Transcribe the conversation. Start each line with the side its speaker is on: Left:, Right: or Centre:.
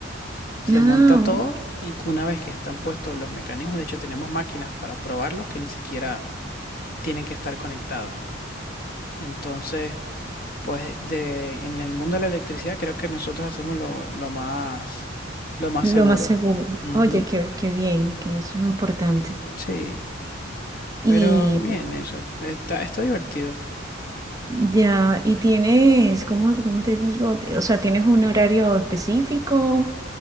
Left: Se
Right: No.
Left: monta todo y una vez que están puestos los mecanismos, de hecho tenemos máquinas para probarlos que ni siquiera tienen que estar conectadas. Entonces, pues de, en el mundo de la electricidad creo que nosotros hacemos lo, lo más, lo más
Right: Lo
Left: seguro.
Right: más seguro.
Left: Ujú,
Right: Oye, qué, qué bien, que eso es importante.
Left: Sí,
Right: Y
Left: pero bien eso. Está, está divertido.
Right: ya, y tienes, ¿cómo, cómo te digo? Te- O sea, ¿tienes un horario específico?